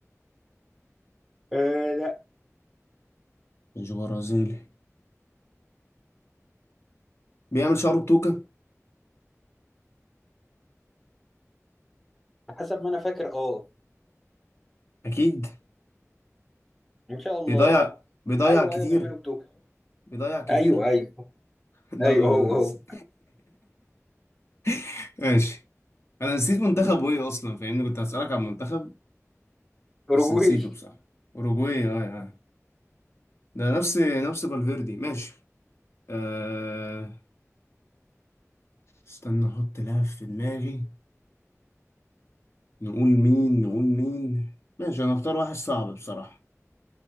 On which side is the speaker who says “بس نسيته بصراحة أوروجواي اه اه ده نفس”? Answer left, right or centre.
Left